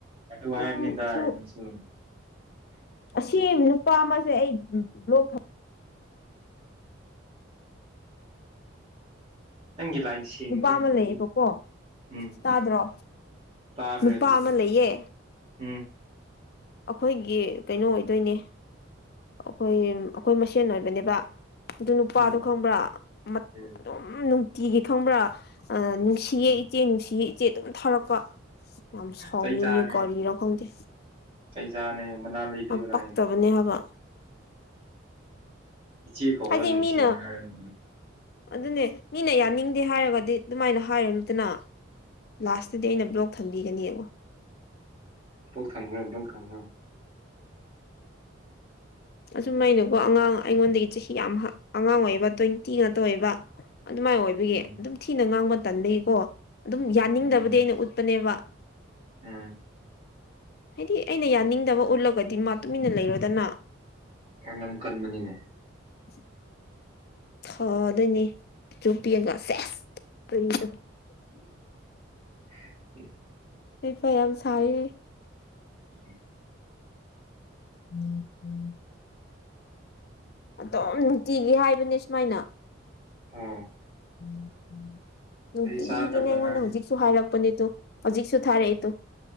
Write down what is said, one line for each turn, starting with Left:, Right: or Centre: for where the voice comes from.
Right: ꯑꯗꯨ ꯍꯥꯏꯕꯅꯤꯗ
Left: ꯁꯨꯝ ꯁꯨ
Right: ꯑꯩꯅꯁꯨ
Left: ꯑꯁꯤ ꯅꯨꯄꯥ ꯑꯃꯁꯦ ꯑꯩ ꯕ꯭ꯂꯣꯛ ꯇꯝ
Right: ꯅꯪꯒꯤ ꯂꯥꯏꯟ ꯁꯦꯡꯗ꯭ꯔꯦ
Left: ꯅꯨꯄꯥ ꯑꯃ ꯂꯩꯌꯦꯕꯀꯣ
Right: ꯑꯗꯨ ꯎꯝ
Left: ꯇꯥꯗ꯭ꯔꯣ
Right: ꯇꯥꯈ꯭ꯔꯦ
Left: ꯅꯨꯄꯥ
Right: ꯑꯗꯨꯗꯤ
Left: ꯑꯃ ꯂꯩꯌꯦ
Right: ꯎꯝ
Left: ꯑꯩꯈꯣꯏꯒꯤ ꯀꯩꯅꯣ ꯑꯣꯏꯗꯣꯏꯅꯦ ꯑꯩꯈꯣꯏ ꯑꯩꯈꯣꯏ ꯃꯁꯦꯟ ꯑꯣꯏꯕꯅꯦꯕ ꯑꯗꯨ ꯅꯨꯄꯥꯗꯨꯣ
Right: ꯎꯝ
Left: ꯈꯪꯕ꯭ꯔꯥ
Right: ꯎꯝ
Left: ꯑꯗꯨꯝ ꯅꯨꯡꯇꯤꯒꯤ ꯈꯪꯕ꯭ꯔꯥ ꯅꯨꯡꯁꯤꯌꯦ
Right: ꯎꯝ
Left: ꯏꯆꯦ ꯅꯨꯡꯁꯤꯌꯦ ꯏꯆꯦ ꯑꯗꯨꯝ ꯊꯧꯔꯛꯄ ꯌꯥꯝ ꯁꯥꯎꯅꯤꯡꯉꯤ
Right: ꯆꯩ ꯆꯥꯔꯅꯤ ꯍꯥꯏꯌꯣ
Left: ꯀꯣꯔꯤꯅꯣ ꯈꯪꯗꯦ
Right: ꯆꯩ ꯆꯥꯅꯦ ꯃꯅꯥ ꯂꯩꯕꯤꯌꯣꯔ
Left: ꯌꯥꯝ ꯄꯛꯇꯕꯅꯦ
Right: ꯍꯥꯏꯌꯣ
Left: ꯍꯥꯏꯕ
Right: ꯏꯆꯦ ꯀꯧꯔ
Left: ꯍꯥꯏꯗꯤ
Right: ꯅꯨꯡꯁꯤꯅ
Left: ꯃꯤꯅ
Right: ꯍꯥꯏꯔ
Left: ꯑꯗꯨꯅꯦ ꯃꯤꯅ ꯌꯥꯅꯤꯡꯗꯦ ꯍꯥꯏꯔꯒꯗꯤ ꯑꯗꯨꯃꯥꯏꯅ ꯍꯥꯏꯔꯅꯤꯗꯅ ꯂꯥꯁꯇꯗꯤ ꯑꯩꯅ ꯕ꯭ꯂꯣꯛ ꯊꯝꯕꯤꯒꯅꯤꯕꯣ
Right: ꯕꯛ ꯊꯝꯈ꯭ꯔꯣ ꯕꯛ ꯊꯝꯈ꯭ꯔꯣ
Left: ꯑꯁꯨꯝ ꯍꯥꯏꯩꯅꯀꯣ ꯑꯉꯥꯡ ꯑꯩꯉꯣꯟꯗꯒꯤ ꯆꯍꯤ ꯌꯥꯝ ꯑꯉꯥꯡ ꯑꯣꯏꯕ ꯇ꯭ꯋꯦꯟꯇꯤ ꯉꯥꯛꯇ ꯑꯣꯏꯕ ꯑꯗꯨꯃꯥꯏꯅ ꯑꯣꯏꯕꯒꯤ
Right: ꯎꯝ
Left: ꯑꯗꯨꯝ ꯊꯤꯅ ꯉꯥꯡꯕ ꯃꯇꯝꯟꯗꯒꯤꯀꯣ ꯑꯗꯨꯝ ꯌꯥꯅꯤꯡꯗꯕꯗꯤ
Right: ꯎꯝ
Left: ꯑꯩꯅ ꯎꯠꯄꯅꯦꯕ
Right: ꯎꯝ
Left: ꯍꯥꯏꯗꯤ ꯑꯩꯅ ꯌꯥꯅꯤꯡꯗꯕ ꯎꯠꯂꯒꯗꯤ ꯃꯥ ꯇꯨꯃꯤꯟꯅ ꯂꯩꯔꯣꯗꯅ
Right: ꯑꯅꯝ ꯀꯟꯃꯅꯤꯅꯦ
Left: ꯎ ꯊꯥꯎꯗꯅꯤ ꯆꯨꯞꯄꯤꯒꯥꯁꯦ ꯀꯗ
Right: ꯎꯝ
Left: ꯑꯩ ꯐ ꯌꯥꯝ ꯁꯥꯏꯌꯦ
Right: ꯎ
Left: ꯎꯝ ꯎꯝ ꯑꯗꯣꯝ ꯅꯨꯡꯇꯤꯒꯤ ꯍꯥꯏꯕꯅꯦ ꯁꯨꯃꯥꯏꯅ
Right: ꯑ
Left: ꯎ ꯅꯨꯡꯇꯤꯒꯤꯅꯦ
Right: ꯆꯥꯗꯕ
Left: ꯑꯩꯉꯣꯟꯗ
Right: ꯑꯉꯥꯡꯅꯤ
Left: ꯍꯧꯖꯤꯛꯁꯨ ꯍꯥꯏꯔꯛꯄ ꯊꯣꯛꯄꯅꯦꯇꯣ ꯍꯧꯖꯤꯛꯁꯨ ꯊꯥꯔꯛꯦꯗꯣ